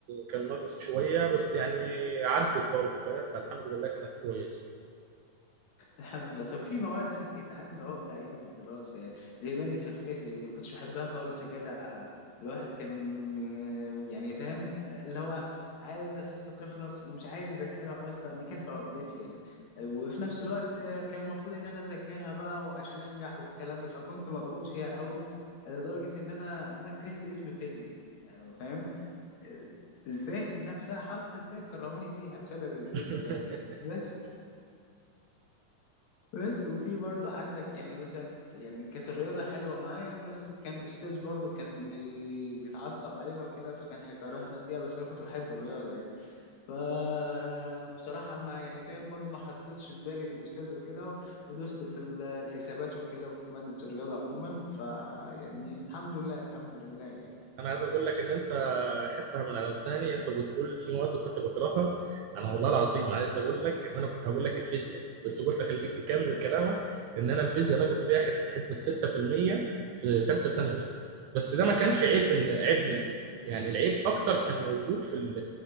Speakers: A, on the right; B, on the left.
A: كان ناقص شويه بس يعني عدت برضه فاهم فالحمد لله كانت كويسه
B: الحمد لله طب في مواد انا كانت عندي عقده ايام الدراسه يعني زي ماده الفيزياء دي ما كنتش بحبها خالص يا جدع الواحد كان آه، يعني فاهم آه، اللي هو عايز الحصه تخلص ومش عايز اذاكرها اصلا دي كانت عقدتي يعني آه، وفي نفس الوقت آه، كان المفروض ان انا اذاكرها بقى وعشان انجح والكلام ده فكنت مضغوط فيها قوي آه، لدرجه ان انا انا كرهت اسم فيزياء يعني فاهم آه، الفيه نفسها حرف الفيه كرهوني فيها بسبب الفيزياء
A: <laughs>
B: يعني بس بس وفي برضو عندك يعني مثلا يعني كانت الرياضة حلوة معايا بس كان أستاذ برضو كان بي... بيتعصب علينا وكده فكان هيكرهنا فيها بس أنا كنت بحب الرياضة يعني فبصراحة ما يعني فاهم برضو ما حطيتش في بالي الأستاذ وكده و- ودوست في ال- الحسابات وكده في مادة الرياضة عموما فيعني الحمد لله الحمد لله يعني
A: انا عايز اقول لك ان انت خدتها من على لساني انت بتقول في مواد كنت بكرهها انا والله العظيم عايز اقول لك ان انا كنت هقول لك الفيزياء بس قلت اخليك تكمل كلامك ان انا الفيزياء ناقص فيها حت- حسبة 6% في المية في ثالثه ثانوي بس ده ما كانش عيب إن عيب مني يعني العيب اكتر كان موجود في ال-